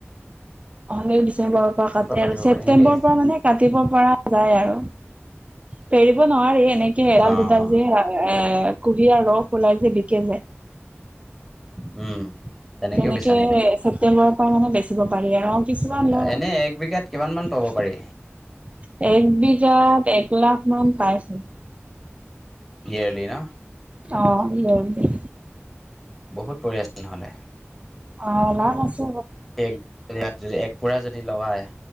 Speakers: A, on the right (about 30°); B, in the centre.
A: অহলে ডিচেম্বৰৰ পৰা কাটে
B: পাতিব
A: আৰু ছেপ্তেম্বৰৰ
B: পাৰি নেকি
A: পৰা মানে কাটিব পৰা যায় আৰু। ফেৰিব নোৱাৰি এনেকে এডাল
B: অ',
A: দুডাল যে এ কুহিয়াৰ ৰস ওলাই যে বিকে যে।
B: উম। তেনেকেও
A: তেনেকে
B: বেচা নেকি?
A: ছেপ্তেম্বৰৰ পৰা মানে বেচিব পাৰি আৰু। কিছুমান নহয়।
B: এনে এক বিঘাত কিমান মান পাব পাৰি
A: এই বিঘাত এক লাখ মান পাইছে।
B: ইয়েৰলী ন?
A: অ ইয়েৰলী।
B: বহুত বঢ়িয়া চোন তেনেহলে।
A: অ নানছ হ
B: এক পোৰা যদি লগায়,